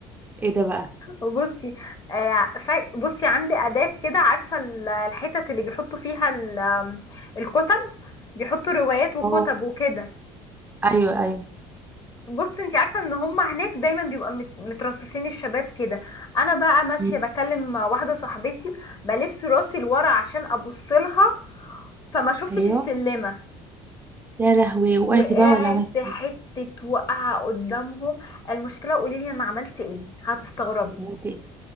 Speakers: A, on the right; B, on the left.
A: ايه ده بقى
B: بصي آه، سا- بصي عندي آداب كده عارفة ال- الحتت اللي بيحطوا فيها ال- آم، الكتب بيحطوا روايات وكتب
A: اه
B: وكده
A: ايوه ايوه
B: بص انت عارفه ان هم هناك دايما بيبقى مت- مترصصين الشباب كده انا بقى ماشيه
A: مم.
B: بكلم واحده صاحبتي بلف راسي لورا عشان ابص لها فما شفتش
A: ايوه
B: السلمه
A: يا لهوي وقعتي
B: وقعت
A: بقى ولا عملت
B: حته
A: ايه
B: وقعه قدامهم المشكله قولي لي انا عملت ايه هتستغربي
A: عملت ايه